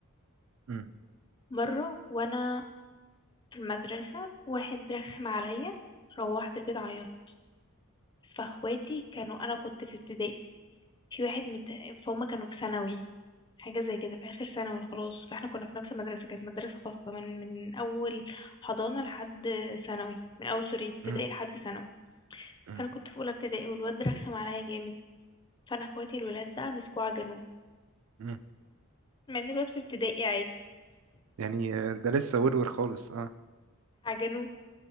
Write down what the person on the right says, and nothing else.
مم.
مم.
مم.
مم.
يعني آه، ده لسه ورور خالص اه